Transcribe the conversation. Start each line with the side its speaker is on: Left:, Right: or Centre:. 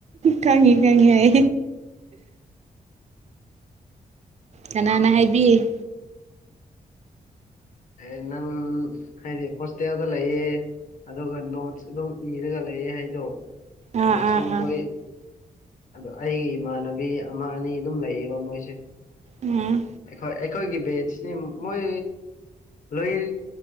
Right: ꯈꯪꯉꯤ ꯈꯉꯤ ꯍꯥꯏ ꯀꯅꯥꯅ ꯍꯥꯏꯕꯤ
Left: ꯑꯦ ꯅꯪ ꯍꯥꯏꯗꯤ ꯍꯣꯁꯇꯦꯜꯗ ꯂꯩꯌꯦ ꯑꯗꯨꯒ ꯅꯣꯠꯁ ꯑꯗꯨꯝ ꯏꯔꯒ ꯂꯩꯌꯦ ꯍꯥꯏꯗꯣ
Right: ꯑꯥ
Left: ꯅꯣꯠꯁꯤꯡ
Right: ꯑꯥ ꯑꯥ
Left: ꯍꯣꯏ ꯑꯗꯣ ꯑꯩꯒꯤ ꯏꯃꯥꯟꯅꯕꯤ ꯑꯃ ꯑꯅꯤ ꯑꯗꯨꯝ ꯂꯩꯌꯦꯕ ꯃꯣꯏꯁꯦ
Right: ꯎꯝ
Left: ꯈꯣꯏ ꯑꯩꯈꯣꯏꯒꯤ ꯕꯦꯠꯁꯤꯅꯤ ꯃꯣꯏ ꯂꯣꯏ